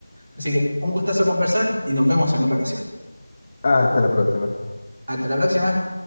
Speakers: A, on the right; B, on the left.
A: Así que un gustazo conversar y nos vemos en otra ocasión.
B: Hasta la próxima.
A: Hasta la próxima.